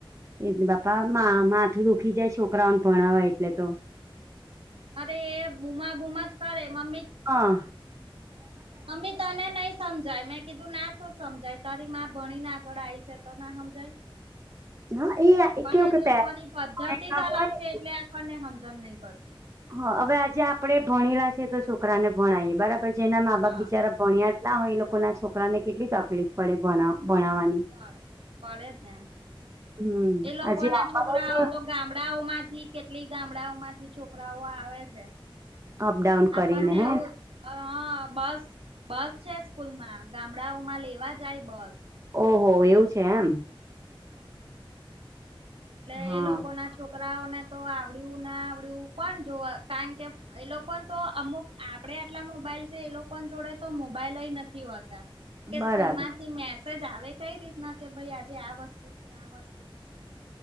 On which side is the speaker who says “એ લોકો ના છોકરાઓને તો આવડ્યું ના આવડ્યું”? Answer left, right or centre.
Right